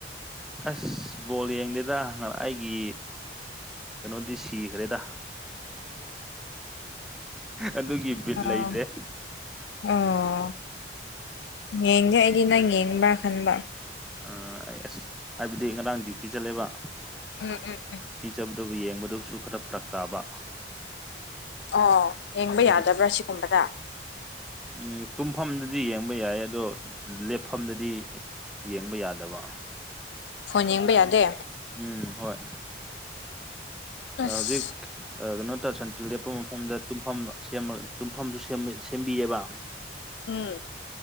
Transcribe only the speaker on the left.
ꯑꯥ
ꯑꯥꯎ ꯌꯦꯡꯒꯦ ꯑꯩꯗꯤ ꯅꯪ ꯌꯦꯡꯕ꯭ꯔꯥ ꯈꯟꯕ
ꯎꯝ ꯎꯝ ꯎꯝ
ꯑꯣ ꯌꯦꯡꯕ
ꯌꯥꯗꯕ꯭ꯔꯥ ꯁꯤꯒꯨꯝꯕꯗ
ꯐꯣꯟ ꯌꯦꯡꯕ ꯌꯥꯗꯦ
ꯑꯁ
ꯎꯝ